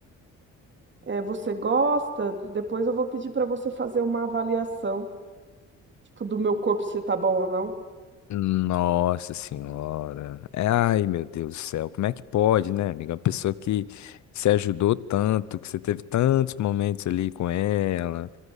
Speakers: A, on the right; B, on the left.
A: é, é, você gosta? Depois eu vou pedir para você fazer uma avaliação, tipo, do meu corpo se tá bom ou não.
B: Nossa senhora. É, Ai, meu Deus do céu. Como é que pode, né, amiga? Uma pessoa que se ajudou tanto, que você teve tantos momentos ali com ela,